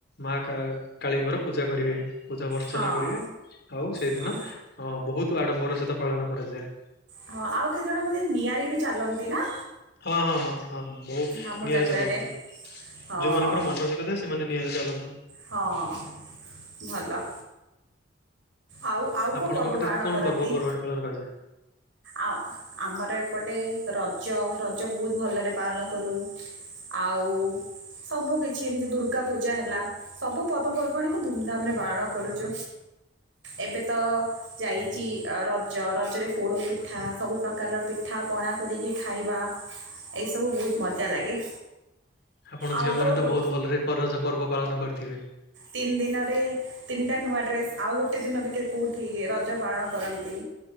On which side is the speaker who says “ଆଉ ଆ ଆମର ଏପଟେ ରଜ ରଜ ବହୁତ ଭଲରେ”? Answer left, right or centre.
Right